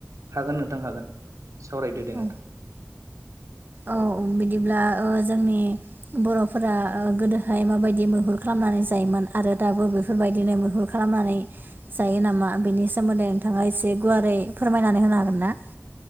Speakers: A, on the right; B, on the right.
A: हागोन नोंथां हागोन। सावरायदो दे
B: औ
A: नोंथां।
B: औ बिदिब्ला जोंनि बर'फोरा गोदोहाय माबायदि मैहुर खालामनानै जायोमोन आरो दाबो बेफोरबायदिनो मैहुर खालामनानै जायो नामा बिनि सोमोन्दै नोंथाङा एसे गुवारै फोरमायनानै होनो हागोन ना?